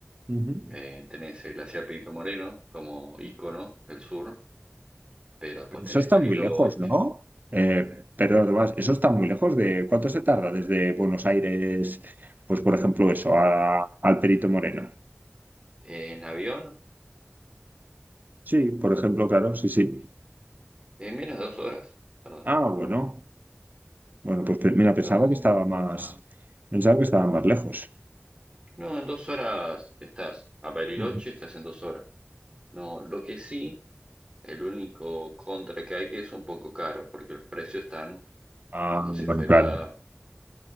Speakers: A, on the right (about 45°); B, on the right (about 25°).
A: Ujú.
B: Eh, tenés el glaciar Perito Moreno como ícono del sur, pero después
A: Pero
B: tenés
A: eso está
B: Bariloche.
A: muy lejos, ¿no? Eh, perdón, Tomás, eso está muy lejos de... ¿Cuánto se tarda desde Buenos Aires, pues por ejemplo eso, a- al Perito Moreno?
B: En avión,
A: Sí, por ejemplo, claro, sí, sí.
B: en menos de dos horas, ¿verdad?
A: Ah, bueno. Bueno, pues pe- mira, pensaba
B: No,
A: que estaba más... Pensaba que estaba más lejos.
B: no, en dos horas estás. A Bariloche
A: Ujú.
B: estás en dos horas. No, lo que sí, el único contra que hay que es un poco caro, porque los precios están
A: Ah,
B: como
A: bueno,
B: si fuera
A: claro.